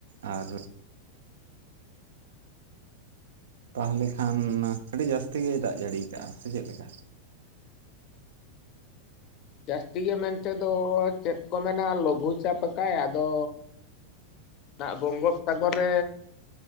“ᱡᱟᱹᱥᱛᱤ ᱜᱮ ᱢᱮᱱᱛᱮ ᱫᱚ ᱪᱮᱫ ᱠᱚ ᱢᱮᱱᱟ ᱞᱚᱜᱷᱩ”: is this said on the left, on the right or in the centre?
Left